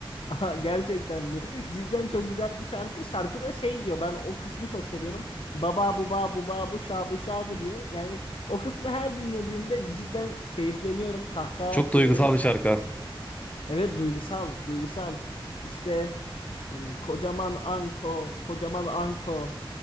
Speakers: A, on the left (about 75°); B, on the left (about 15°).
A: Aha, Gerçekten mi? Cidden çok güzel bir şarkı. Şarkıda şey diyor. Ben o kısmı çok seviyorum. Baba bu ba bu ba bu şa bu şa bu diyor. Yani o kısmı her dinlediğimde cidden keyifleniyorum. Kahkaha
B: Çok
A: atıyorum.
B: duygusal bir şarkı.
A: Evet duygusal, duygusal. İşte e, kocaman anko, kocaman anko.